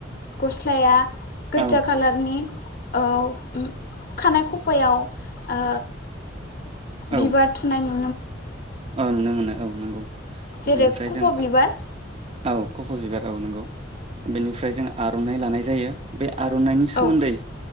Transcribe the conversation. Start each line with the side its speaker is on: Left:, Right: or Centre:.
Left: गस्लाया गोजा
Right: औ
Left: कालारनि औ। खानाय खफायाव ओ
Right: औ
Left: बिबार थुनाय नु
Right: औ नुनो मोनो औ नंगौ।
Left: जेरै
Right: बेनिफ्राय
Left: खफ'
Right: जों
Left: बिबार
Right: औ। खफ'बिबारा औ नंगौ। बेनिफ्राय जों आर'नाइ लानाय जायो बे आर'नाइनि सोमोन्दै
Left: औ